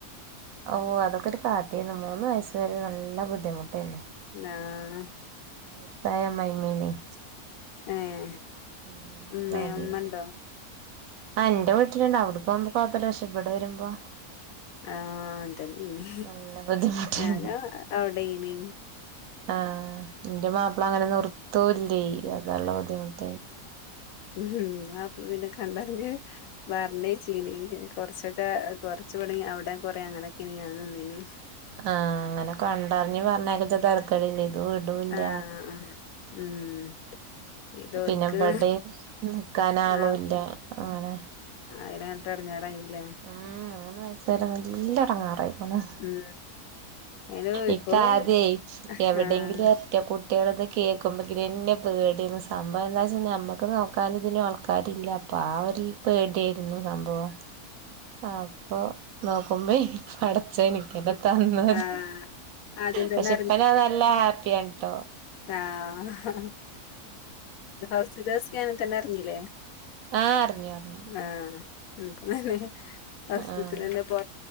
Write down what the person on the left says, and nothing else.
ആഹ്
ഏഹ്
ഉമ്മയോ ഉമ്മണ്ടോ
ആഹ് അതന്നെ ഇനി
ഞാനും അവിടേയിനി
ആഹ് ആപ്പ പിന്ന കണ്ടറിഞ്ഞ <unintelligible> കൊർച്ചൊക്കെ കൊർച്ചൂടെ അവിടേം കൊറേ ഇങ്ങനൊക്കെ നിന്നിനി
ആഹ് ഉം ഇത് ഓല്ക്ക്
ആഹ
അയിനങ്ങട്ട് എടങ്ങേറായിലേ
ഉം അയിന് ഇപ്പളും
ആഹ്
ആഹ് ആദ്യം തന്നെ
ആ ഹാ ഫസ്റ്റ് തേല്സ്കാനിങ്ങിൽ തന്നെ അറിഞ്ഞില്ലേ
ആഹ് <unintelligible> ഫസ്റ്റ്ത്തിലെന്നെ
പോ